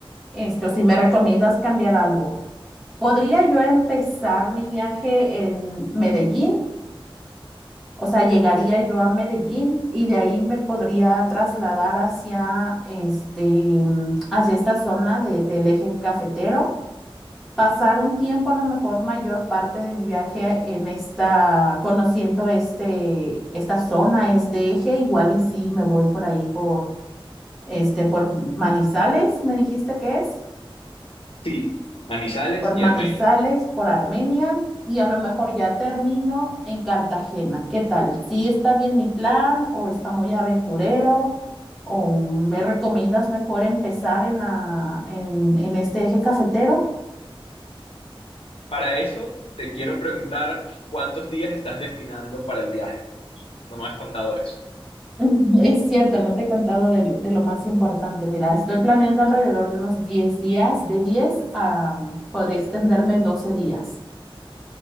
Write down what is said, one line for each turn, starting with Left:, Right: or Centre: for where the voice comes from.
Centre: esto, si me recomiendas cambiar algo. ¿Podría yo empezar mi viaje en Medellín? O sea, llegaría yo a Medellín y de ahí me podría trasladar hacia, este, hacia esta zona de- del eje cafetero pasar un tiempo, a lo mejor mayor parte de mi viaje en esta, conociendo este, esta zona, este eje, igual y sí me voy por ahí por, este, por Manizales, me dijiste que es,
Left: Sí, Manizales
Centre: por
Left: y
Centre: Manizales,
Left: Armenia.
Centre: por Armenia, y a lo mejor ya termino en Cartagena. ¿Qué tal? ¿Sí está bien mi plan o está muy aventurero? ¿O me recomiendas mejor empezar en la, en, en este eje cafetero?
Left: Para eso, te quiero preguntar cuántos días estás destinando para el viaje. No me has contado eso.
Centre: <laughs> Es cierto, no te he contado del- de, lo más importante. Mira, estoy planeando alrededor de unos 10 días, de 10 a, podré extenderme doce días.